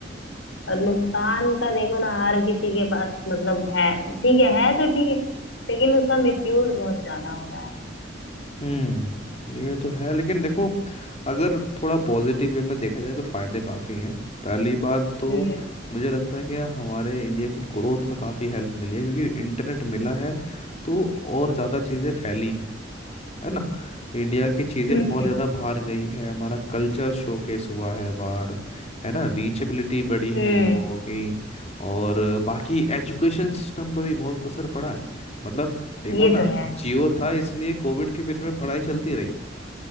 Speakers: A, on the left; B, on the left.
A: और नुकसान का देखो ना हर किसी के पास मतलब है ठीक है है तो ठीक है लेकिन उसका मिसयूज बहुत ज्यादा हो रहा है
B: हम्म ये तो है लेकिन देखो अगर थोड़ा पॉजिटिव वे में देखा जाए तो फायदे काफ़ी हैं पहली बात तो
A: हम्म
B: मुझे लगता है कि हमारे इंडिया की ग्रोथ में काफ़ी हेल्प मिली है क्योंकि इंटरनेट मिला है तो और ज़्यादा चीज़ें फैली हैं है ना इंडिया की चीज़ें
A: हम्म
B: और ज़्यादा बाहर गई है हमारा कल्चर शोकेस हुआ है बाहर है ना रीचेबिलिटी बढ़ी है
A: हम्म,
B: लोगों की और बाकी एजुकेशन सिस्टम पर भी बहुत असर पड़ा है मतलब देखो
A: ये
B: ना
A: तो
B: जियो
A: है
B: था इसलिए कोविड के पीरियड में पढ़ाई चलती रही